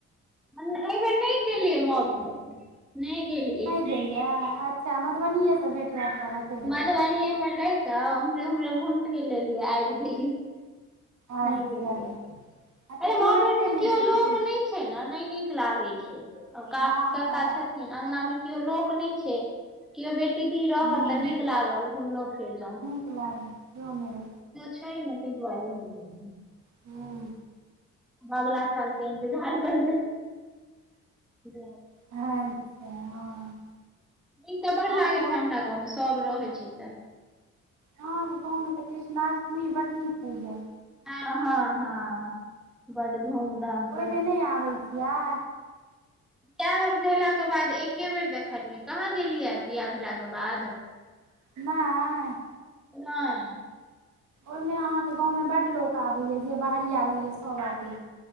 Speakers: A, in the centre; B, on the right.
A: एहि बेेर नहि गेलियै मां घर नै गेलियै।
B: गेलिये अ अच्छा मधुबनिए से भेट होत रहत।
A: मधुबनीये मे रहि क उम्हरे उम्हरे घुम फिर लेलियै आबि गेली।
B: अच्छा
A: नहि गेलिय,
B: अच्छा
A: अरे
B: केओ
A: म
B: रहिते
A: भेट मे
B: नहि
A: केओ
B: छै
A: लोक
B: तऽ की
A: नहि छै न नहि नीक लागे। अ क
B: हँ
A: कका
B: हँ
A: छथिन अंगना मे केओ लोक नहि छै। केओ बेटी दी रहल
B: हूँ
A: तऽ नीक लागल घुमलो फिरलो।
B: नेब <unintelligible>
A: छै ह नहि वाले म <unintelligible>
B: ह्म्म
A: अगला सालके इन्तजार करबे। <inaudible>
B: अच्छा हँ
A: नीक तऽ बड्ड
B: अहाँके
A: लागैत छै हमरा गाँवमे सभ रहैत छै तऽ।
B: हँ त गाँवमे तऽ कृष्णाष्टमी बड नीक होइए।
A: हाँ-हाँ -हाँ बड धूम धाम
B: ओहिमे
A: त
B: नहि आबै छियै?
A: <unintelligible> भेला के बाद एके बेर देखलियै कहाँ गेलियै बिआाह भेला के बाद।
B: नाय
A: नहि
B: ओहिमे अहाँके गाँव मे बड लोक अबैय या जे बाहरिया रहैया सब अबैय।